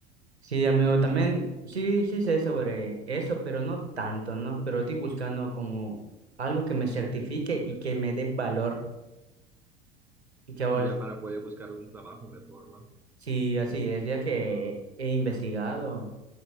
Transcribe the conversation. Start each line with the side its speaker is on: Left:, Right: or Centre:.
Right: Sí, amigo, también sí, sí sé sobre eso, pero no tanto, ¿no? Pero estoy buscando como algo que me certifique y que me dé valor. Y que ahora
Centre: Y ya para poder buscar un trabajo me forma.
Right: sí, así es, ya que he investigado